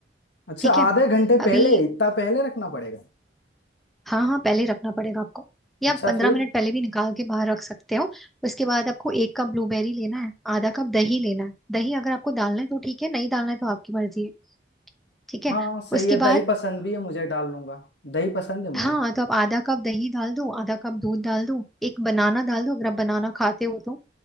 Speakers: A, on the left; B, in the centre.
A: अच्छा
B: ठीक है
A: आधे घंटे पहले
B: अभी
A: इतना पहले रखना पड़ेगा
B: हाँ हाँ पहले ही रखना पड़ेगा आपको या
A: अच्छा
B: आप पंद्रह
A: फिर
B: मिनट पहले भी निकाल के बाहर रख सकते हो उसके बाद आपको एक कप ब्लूबेरी लेना है आधा कप दही लेना है दही अगर आपको डालना है तो ठीक है नहीं डालना है तो आपकी मर्जी है ठीक है
A: हाँ सही
B: उसके
A: है दही
B: बाद
A: पसंद भी है मुझे डाल लूंगा दही पसंद है मुझे
B: हाँ तो आप आधा कप दही डाल दो आधा कप दूध डाल दो एक बनाना डाल दो अगर आप बनाना खाते हो तो